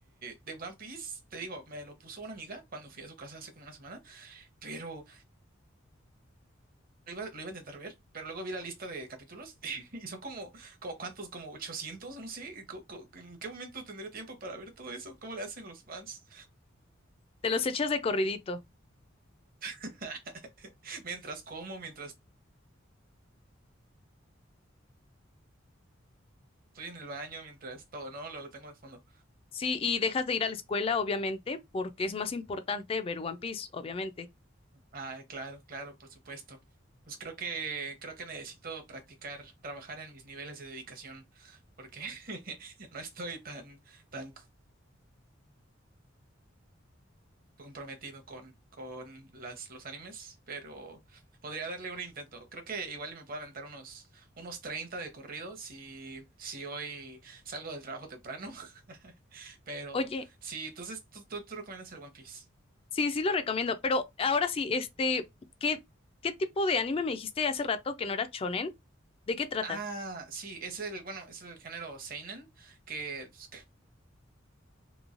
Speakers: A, on the right (about 45°); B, on the left (about 30°).
A: de One Piece, te digo, me lo puso una amiga cuando fui a su casa hace como una semana, pero lo iba, lo iba a intentar ver, pero luego vi la lista de capítulos <laughs> y son como, como ¿cuántos? Como 800 no sé, co- co- ¿en qué momento tendría tiempo para ver todo eso? ¿Cómo le hacen los fans?
B: Te los echas de corridito.
A: <laughs> Mientras como, mientras estoy en el baño, mientras todo, ¿no? Lo, lo tengo de fondo.
B: Sí, y dejas de ir a la escuela, obviamente, porque es más importante ver One Piece, obviamente.
A: Ah, claro, claro, por supuesto. Pues creo que creo que necesito practicar, trabajar en mis niveles de dedicación, porque <laughs> no estoy tan tan comprometido con con las los animes, pero podría darle un intento. Creo que igual y me puedo aventar unos unos 30 de corrido si si hoy salgo del trabajo temprano. <laughs> Pero
B: Oye,
A: sí, entonces tú tú, tú recomiendas el One Piece.
B: Sí, sí lo recomiendo, pero ahora sí, este, ¿qué, qué tipo de anime me dijiste hace rato que no era shonen? ¿De qué trata?
A: Ah, sí, es el, bueno, es el género seinen, que pues,